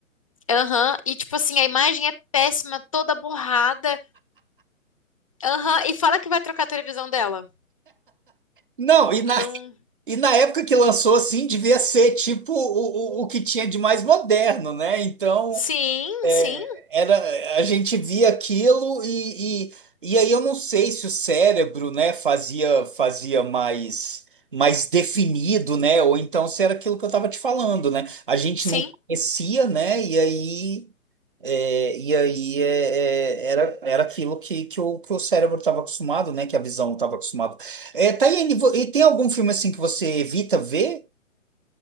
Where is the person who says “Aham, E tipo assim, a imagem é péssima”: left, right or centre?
Left